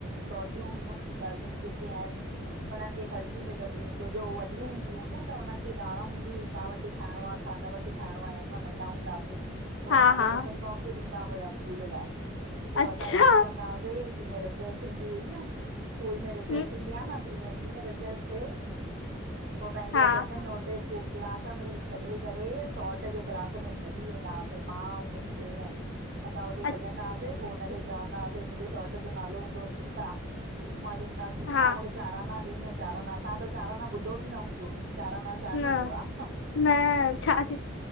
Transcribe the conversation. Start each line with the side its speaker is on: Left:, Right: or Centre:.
Right: सौटियूं हुयूं कज़न्स जेके आहिनि हुनननि खे ख़र्चिय मिलंदिय हुूं छो जो वॾियूं हूंदिय हुूं न त हुननि खे ॼाण हूंदी हुई छा वठी खाइणो आहे छा न वथि खाइणो आहे असां नंढा हूंदाआसीं पोइ
Left: हा
Right: असांखे
Left: हा
Right: टिफिन बॉक्स ॾींदा हुआ स्कूल लाइ, पोइ
Left: अच्छा
Right: असां छा कंदा हुआसीं जीअं रिसेच थींदी हुई न स्कूल में रिसेच
Left: हम्म
Right: थींदी आहे न तीअं जीअं रिसेस थिए, पोइ पंहिंजो
Left: हा
Right: टिफिन उते स्कू क्लास में ई छॾे करे सौट जे क्लास में भॼी वेंदा हुआसीं, मां ऐं मुंहिंजी भेण। असां हुते भॼंदा
Left: अ
Right: हुासीं, पोइ हुनखे चवंदाासीं मुंहिंजे सौट जो नालो हूंदो हो नीता। मां नीता
Left: हा
Right: मूंखे चाराना ॾिननि चाराना, तव्हां त चाराना ॿुधो बि न हूंदो। चाराना छा
Left: न
Right: थींदो आहे,
Left: न छा थी